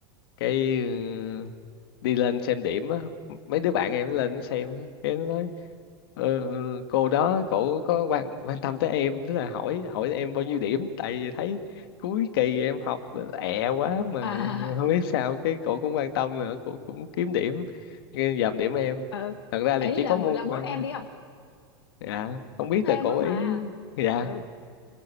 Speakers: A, on the left; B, on the left.
A: cái ừ, đi lên xem điểm á mấy đứa bạn em nó lên nó xem á cái nó nói "Ờ, ừ, cô đó cổ có quan quan tâm tới em tức là hỏi hỏi em bao nhiêu điểm tại vì thấy cuối kỳ em học ẹ quá mà
B: à
A: <laughs> không biết sao cái cổ cũng quan tâm nữa cổ cũng kiếm điểm cái dòm điểm em
B: <laughs> ừ.
A: thật ra
B: ý
A: thì chỉ
B: là
A: có môn
B: là muốn
A: văn
B: em
A: thôi.
B: đi học
A: dạ không biết
B: thêm
A: là cổ
B: á
A: ý
B: mà
A: dạ
B: ừ